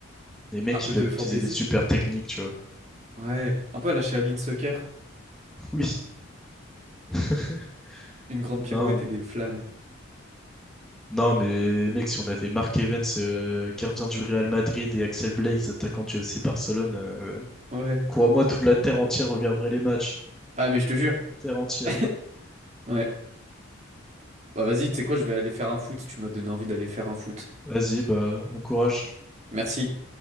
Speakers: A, in the centre; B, on the right.
A: Des mecs
B: Un
A: qui
B: peu
A: peuvent
B: de fantaisie.
A: utiliser des super techniques, tu vois.
B: Ouais, un peu à la Shaolin Soccer.
A: Oui. <laughs>
B: Une grande pirouette
A: Non, mais,
B: et des flammes.
A: non, mais mec, si on avait Mark Evans, euh, gardien du Real Madrid, et Axel Blaise, attaquant du FC Barcelone, euh,
B: Ouais.
A: crois-moi, toute la terre entière regarderait les matchs.
B: Ah, mais je te jure.
A: Terre entière.
B: <laughs> Ouais. Bah vas-y, tu sais quoi, je vais aller faire un foot. Tu m'as donné envie d'aller faire un foot.
A: Vas-y, bah, bon courage.
B: Merci.